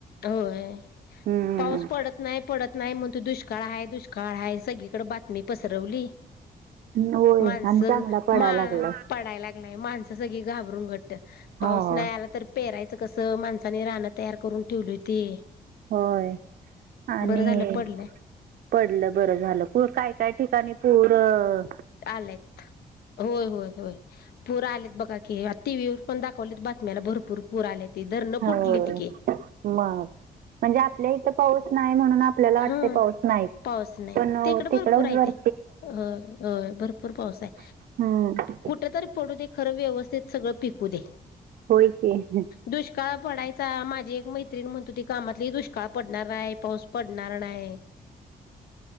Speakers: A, on the left; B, on the right.
A: होय,,
B: हम्म
A: पाऊस पडत नाही, पडत नाही म्हण तू दुष्काळऽ दुष्काळ हाय, दुष्काळ हाय, सगळीकडे बातमी पसरवलीऽ
B: <inaudible>
A: माणसं
B: आणि चांगला पडायला
A: मा
B: लागलाय
A: पडाय लागलाय,, माणसं सगळी घाबरून घट्ट, पाऊस
B: हो
A: नाही आलाऽ तर पेरायचं कस,, माणसानी राणं तयार करून ठेवली हुती.
B: होय आणि
A: बरं झालं पडलं.
B: पडलं बरं झालं,, पूर काय काय ठिकाणी पूरऽ
A: आलात,, होय, होय, होय पुर आलेयऽ बघा कि,, टी व्वर पण दाखवले बातम्याला,, भरपूर पूर आले त धरणं
B: हो
A: फुटली तीिकेऽ
B: मग,. म्हणजे आपल्या इथं पाऊस नाही म्हणून, आपल्याला वाटते
A: हा
B: पाऊस नाहीच,,
A: पाऊस नाही
B: पण
A: तिकडे
B: तिकड
A: भरपूर आहे
B: वरऽ
A: ते होय,, भरपूर पाऊस आहे,
B: हम्म
A: कुठेतरी पडू दे खर व्यवस्थितऽ सगळ पिकू दे
B: होय की हम्म
A: दुष्काळ पडायचा माझी एक मै. म्हणतो ती कामातली दुष्काळ पडणार आहे पाऊस पडणार नाही..